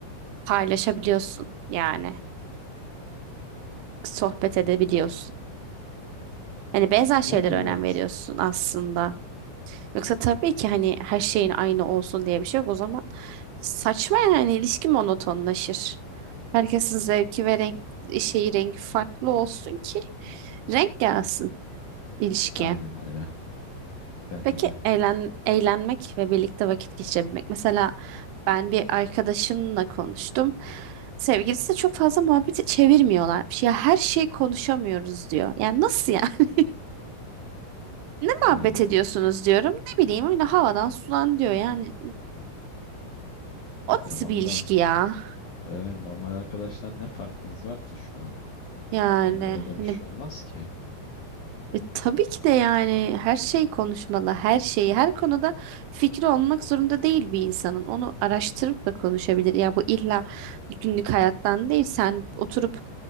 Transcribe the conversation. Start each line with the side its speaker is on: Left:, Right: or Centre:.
Right: paylaşabiliyorsun yani sohbet edebiliyorsun. Hani benzer
Left: Yani
Right: şeylere
Left: evet.
Right: önem veriyorsun aslında. Yoksa tabii ki hani her şeyin aynı olsun diye bir şey yok. O zaman saçma yani ilişki monotonlaşır. Herkesin zevki ve renk, şeyi rengi farklı olsun ki renk gelsin ilişkiye.
Left: Aynen öyle. Bence
Right: Peki
Left: de.
Right: eğlen, eğlenmek ve birlikte vakit geçirebilmek. Mesela ben bir arkadaşımla konuştum. Sevgilisi de çok fazla muhabbeti çevirmiyorlarmış. Ya her şey konuşamıyoruz diyor. Yani nasıl ya? <laughs>
Left: Yani
Right: Muhabbet ediyorsunuz diyorum. Ne bileyim öyle havadan sudan diyor. Yani o
Left: e, tamam
Right: nasıl bir ilişki
Left: da
Right: ya?
Left: e, normal arkadaştan ne farkınız var ki şu an?
Right: Yani
Left: Yani öyle de
Right: hani
Left: bir şey olmaz ki.
Right: E, tabii ki de yani her şey konuşmalı, her şeyi, her konuda fikri olmak zorunda değil bir insanın. Onu araştırıp da konuşabilir. Ya bu illa günlük hayattan değil. Sen oturup